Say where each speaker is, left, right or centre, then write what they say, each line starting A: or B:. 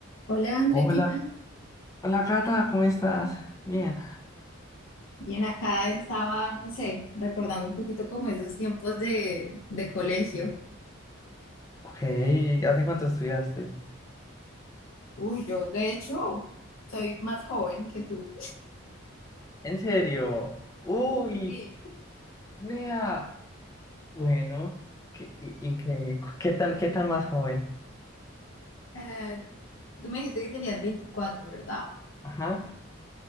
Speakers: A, on the left (about 75°); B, on the left (about 15°).
A: Hola, André,
B: Hola,
A: ¿qué más?
B: hola Cata, ¿cómo estás? Bien.
A: Bien, acá estaba, no sé, recordando un poquito como esos tiempos de, de colegio.
B: Ok, ¿hace cuánto estudiaste?
A: Uy, yo de hecho soy más joven que tú.
B: ¿En serio? Uy,
A: Sí.
B: Nea. Bueno, qué i- increíble. ¿Qué tan, qué tan más joven?
A: Eh, tú me dijiste que tenías 24, ¿verdad?
B: Ajá.